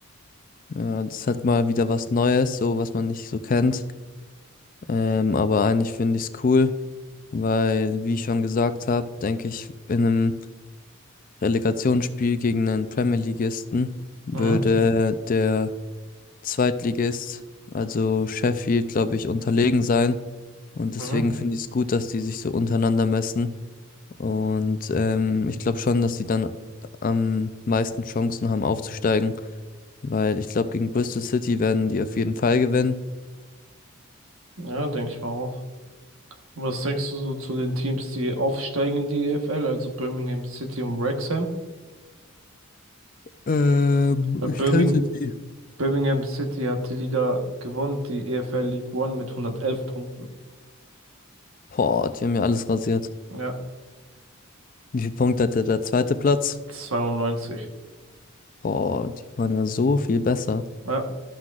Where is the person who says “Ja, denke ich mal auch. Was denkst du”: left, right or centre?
Right